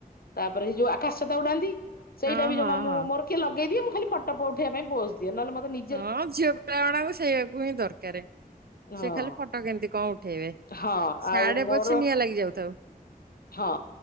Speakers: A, on the left; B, on the right.
A: ତାପରେ ସେ ଯୋଉ ଆକାଶ ଛତା ଉଡାନ୍ତି ସେଇଟା
B: ହଁ
A: ବି
B: ହଁ
A: ଜମା ମୁଁ
B: ହଁ।
A: ମୋର ଟିକେ ଲେଇଦିଏ ମୁଁ ଖାଲି ଫଟୋ ଉଠେଇବା ପାଇଁ ପୋଜ ଦିଏ ନହଲେ ମୋତେ ମି
B: ହଁ ଝିଅ ପିଲାଗୁଡାଙ୍କୁ ସେଇଆକୁ ହିଁ ଦରକାରେ
A: ହଁ
B: ସେ ଖାଲି ଫଟୋ କେମତି କଣ ଉଠେଇବେ।
A: ହଁ
B: ସାଆଡ଼େ
A: ଆଉ ମୋର
B: ପଛେ ନିଆଁ ଲାଗି ଯାଉଥାଉ।
A: ହଁ